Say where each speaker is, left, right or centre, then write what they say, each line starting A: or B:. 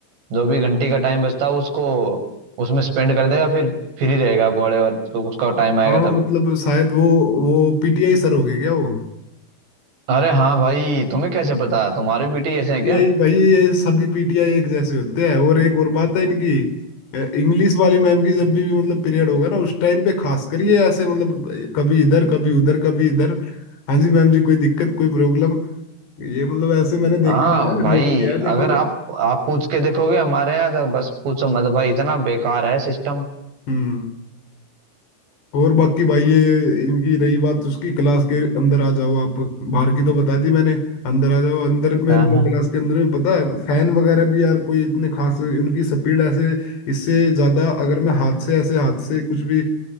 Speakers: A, on the right; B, on the left.
A: जो भी घंटी का टाइम बचता है उसको उसमें स्पेंड कर देगा फिर फ्री रहेगा पड़े तो उसका टाइम आएगा
B: हाँ मतलब
A: तब
B: शायद वो वो पीटीआई सर हो गए क्या वो
A: अरे हाँ भाई तुम्हें कैसे पता तुम्हारे बेटे ही ऐसे
B: पीटीआई
A: हैं क्या
B: भाई ये सभी पीटीआई एक जैसे होते हैं और एक और बात है इनकी इंग्लिश वाली मैम की जब भी भी मतलब पीरियड होगा ना उस टाइम पे खास करिए ऐसे मतलब कभी इधर कभी उधर कभी इधर हाँ जी मैम जी कोई दिक्कत कोई प्रॉब्लम ये मतलब ऐसे मैंने
A: हाँ
B: देखा है
A: भाई
B: नोट किया है देखो
A: अगर आप आप पूछ के देखोगे हमारे यहाँ तो बस पूछो मत भाई इतना बेकार है सिस्टम
B: हम्म और बाकी भाई ये इनकी रही बात उसकी क्लास के अंदर आ जाओ आप बाहर की तो बता दी मैंने अंदर आ जाओ अंदर में
A: हाँ
B: मतलब
A: हाँ
B: क्लास के अंदर में पता है फैन वगैरह भी यार कोई इतने खास उनकी स्पीड ऐसे इससे ज्यादा अगर मैं हाथ से ऐसे हाथ से कुछ भी